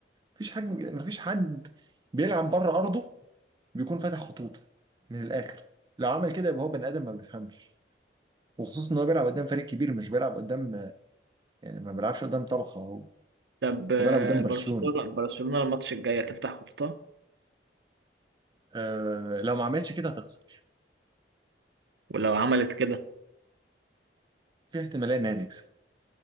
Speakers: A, on the right; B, on the right.
A: مفيش حد مفيش حد بيلعب بره ارضه بيكون فاتح خطوطه من الاخر لو عمل كده يبقى هو بني ادم ما بيفهمش وخصوصا ان هو بيلعب قدام فريق كبير مش بيلعب قدام يعني ما بيلعبش قدام طلخه هو
B: طب آه،
A: هو بيلعب قدام برشلونه
B: برشلونة برشلونة الماتش الجاي هتفتح خطوطها
A: آه لو ما عملتش كده هتخسر
B: ولو عملت كده
A: في احتماليه ان هي تكسب